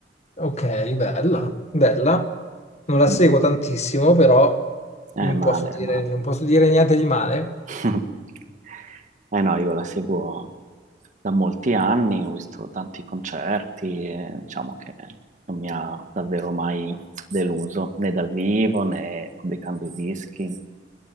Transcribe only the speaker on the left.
ok, bella, bella. Non la
seguo tantissimo, però
non
posso dire,
non posso dire niente di male.